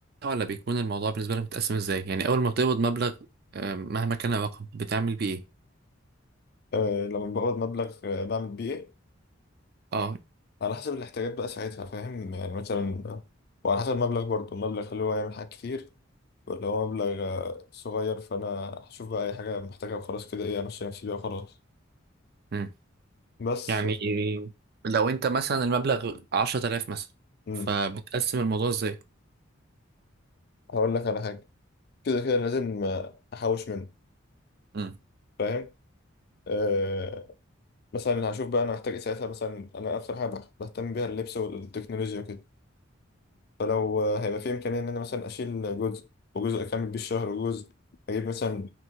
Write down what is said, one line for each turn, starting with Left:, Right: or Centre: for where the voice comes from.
Right: ولا بيكون الموضوع بالنسبة لك متقسم ازاي يعني أول ما بتقبض مبلغ آه، مهما كان الرقم بتعمل بيه ايه
Left: آه لما بقبض مبلغ آه، بعمل بيه ايه
Right: اه
Left: على حسب الاحتياجات بقى ساعتها فاهم يعني مثلا آه، وعلى حسب المبلغ برضه المبلغ هل هو يعمل حاجات كتير ولا هو مبلغ آه، صغير فانا هشوف بقى اي حاجه محتاجها وخلاص كده ايه امشي نفسي بيها وخلاص
Right: مم.
Left: بس
Right: يعني لو انت مثلا المبلغ عشرة آلاف مثلا
Left: امم
Right: فبتقسم الموضوع ازاي
Left: هقول لك على حاجه كده كده لازم آه، احوش منه
Right: مم.
Left: فاهم آه مثلا هشوف بقى انا محتاج ايه ساعتها مثلا انا اكتر حاجه بهتم بيها اللبس والتكنولوجيا وكده فلو آه، هيبقى في إمكانية إن أنا مثلا أشيل جزء وجزء أكمل بيه الشهر وجزء أجيب مثلا